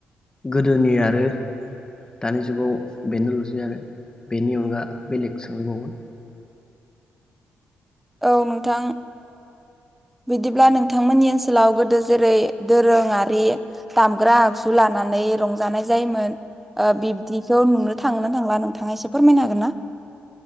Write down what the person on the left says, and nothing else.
गोदोनि आरो दानि जुगाव बेनोल'सै आरो बेनि अनगा बेलेग सोंहरबावगोन‌।